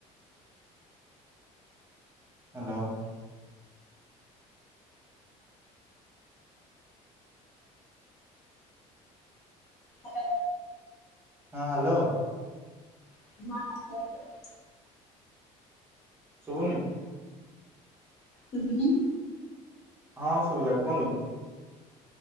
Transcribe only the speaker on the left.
ହାଲୋ।
<unintelligible>
ଶୁବୁନି?